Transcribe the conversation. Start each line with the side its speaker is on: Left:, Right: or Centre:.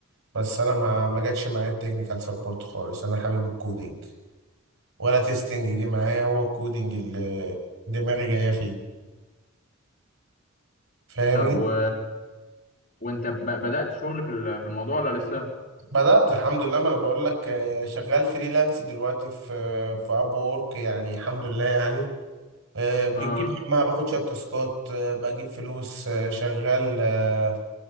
Right: بس انا ما ما جاتش معايا التكنيكال سبورت خالص انا حابب الكودينج ولا تيستنج جه معايا هو الكودينج اللي دماغي جايه فيه فاهمني
Left: طب و... وانت ب... بدات شغل في ال- في الموضوع ولا لسه
Right: بدأت الحمد لله ما انا بقول لك آه، شغال فريلانس دلوقتي في آه، في اب وورك يعني الحمد لله يعني آه، بتجيب
Left: اه
Right: همها باخد شويه تاسكات آه، بجيب فلوس آه، شغال آه،